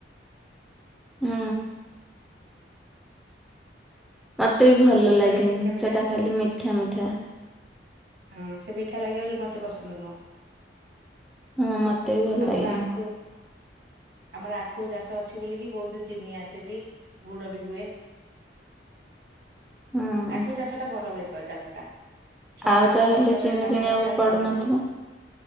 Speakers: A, in the centre; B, on the right.
A: ହୁଁ। ମତେବି
B: ଆଖୁରସ
A: ଭଲ
B: ଟା
A: ଲାଗେନି
B: ଟିକେ ମିଠା ମିଠା
A: ସେଟା ଖାଲି ମିଠା ମିଠା।
B: ହୁଁ, ସେ ବିଠା ଲାଗିବ ବୋଲି ମତେ ପସନ୍ଦ ନୁହଁ।
A: ହଁ ମତେ ବି ଭଲ
B: ଆମର
A: ଲାଗେନି।
B: ଆଖୁ ଆମର ଆଖୁ ଚାଷ ଅଛି ବୋଲିକି ବହୁତ ଚିନି ଆସେ ବି, ଗୁଡ଼ ବି ହୁଏ।
A: <inaudible> ହୁଁ
B: ଆଖୁ ଚାଷଟା ଭଲ ବେପ ଚାଷ ଟା। ଛଅ
A: ଆଉ
B: ମାସ
A: ତାହେଲେ
B: କଷ୍ଟ
A: ଚିନି
B: କରି କାମ
A: କିଣିବାକୁ
B: କରିଵେ, ଆଉ
A: ପଡୁନଥିବ
B: ଛଅ ମାସ